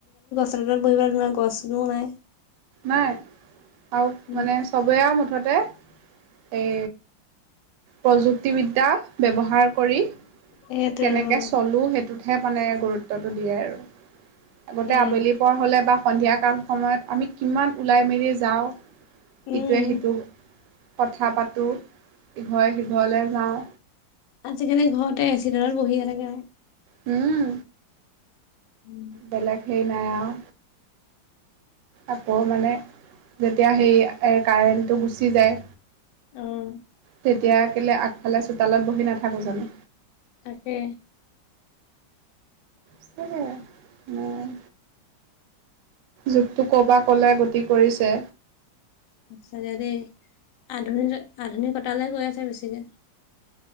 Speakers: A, on the left (about 70°); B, on the right (about 75°).
A: চেন্দেলত বহিবলে গছনোও নাই
B: নাই আৰু
A: উম।
B: মানে চবে মতে মুঠতে এই। প্ৰযুক্তিবিদ্যা ব্যৱহাৰ কৰি।
A: সেইটোৱে
B: কেনেকে
A: অ
B: চলোঁ সেইটোতহে মানে গুৰুত্বটো দিয়ে আৰু। আগতে
A: তাকে
B: আবেলি পৰ হলে বা সন্ধিয়া কাল সময়ত আমি কিমান ওলাই মেলি যাওঁ।
A: উম
B: ইটোৱে সিটো। কথা পাতোঁ ইঘৰে সিঘৰলৈ যাওঁ।
A: আজিকালি ঘৰতে এচি তলত বহি এনেকে
B: উম।
A: উম।
B: বেলেগ সেইৰি নাই আও, আকৌ মানে যেতিয়া সেই কাৰেণ্টটো গুচি যায়।
A: উম।
B: তেতিয়া কেলে আগফালে চোতালত বহি নাথাকোঁ জানো।
A: তাকে।
B: সেইটোৱে উম। যুগটো ক'পা ক'লে গতি কৰিছে।
A: সঁচাকে দেই আধুনিক আধুনিকতালৈ গৈ আছে বেছিকে।